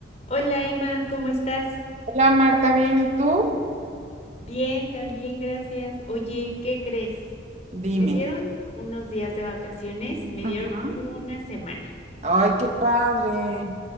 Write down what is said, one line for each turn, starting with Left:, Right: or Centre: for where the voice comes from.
Left: Hola Emma, ¿cómo estás?
Right: Hola Marta, bien, ¿y tú?
Left: Bien, también, gracias. Oye, ¿qué crees?
Right: Dime.
Left: Me dieron unos días de vacaciones, me dieron
Right: Ujú.
Left: una semana.
Right: Ay, qué padre.